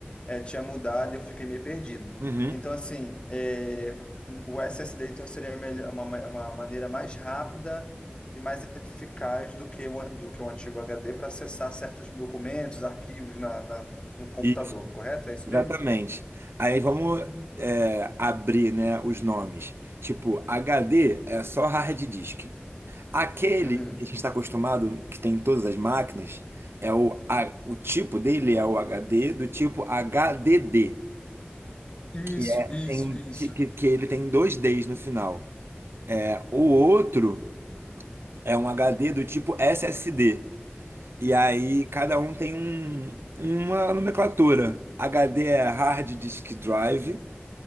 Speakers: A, on the left; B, on the right.
A: eh, tinha mudado e eu fiquei meio perdido.
B: Uhum.
A: Então, assim, eh, o SSD então, seria melhor, uma, ma- uma maneira mais rápida e mais eficaz do que o, an- do que o antigo HD para acessar certos documentos, arquivos na, na- no computador,
B: Isso,
A: correto? É isso
B: exatamente.
A: mesmo?
B: Aí vamos
A: Hum.
B: é, abrir, né, os nomes. Tipo, HD é só hard disk. Aquele
A: Uhum.
B: que a gente está acostumado, que tem em todas as máquinas, é o, a- o tipo dele é o HD do tipo HDD,
A: Isso,
B: que é
A: isso,
B: tem, um,
A: isso.
B: que, que que ele tem dois Ds no final. É, O outro é um HD do tipo SSD. E aí cada um tem um, uma nomenclatura. HD é Hard Disk Drive,